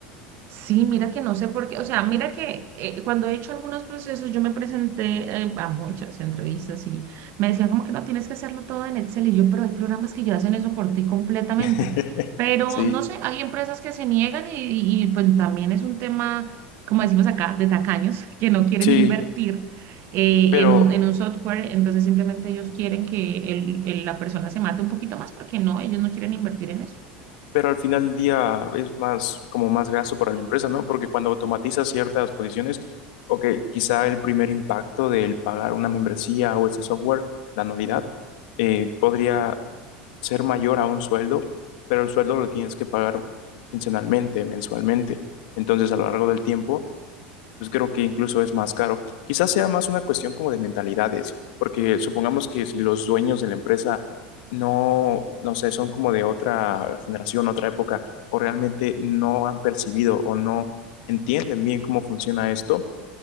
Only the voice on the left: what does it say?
<laughs>
Sí,
sí,
pero,
pero al final del día es más, como más gasto para la empresa, ¿no? Porque cuando automatizas ciertas posiciones, ok, quizá el primer impacto del pagar una membresía o este software, la anualidad, eh, podría ser mayor a un sueldo, pero el sueldo lo tienes que pagar quincenalmente, mensualmente. Entonces, a lo largo del tiempo, pues creo que incluso es más caro. Quizás sea más una cuestión como de mentalidades, porque supongamos que si los dueños de la empresa no, no sé, son como de otra generación, otra época, o realmente no han percibido o no entienden bien cómo funciona esto,